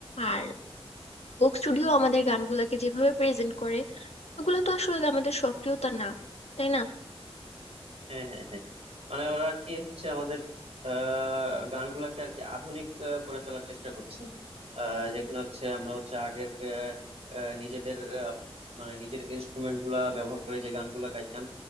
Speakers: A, on the left; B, on the right.
A: আর কোক স্টুডিও আমাদের গানগুলাকে যেভাবে প্রেজেন্ট করে ওগুলো তো আসলে আমাদের সক্রিয়তা না তাই না
B: হ্যাঁ হ্যাঁ হ্যাঁ মানে ওরা আর কি হচ্ছে আমাদের আহ গানগুলাকে আর কি আধুনিক আহ, করে ফেলার চেষ্টা করছে আহ, যেখানে হচ্ছে আমরা হচ্ছে আগের আহ, আহ, নিজেদের আহ, মানে নিজের ইনস্ট্রুমেন্ট গুলা ব্যবহার করে যে গানগুলা গাইতাম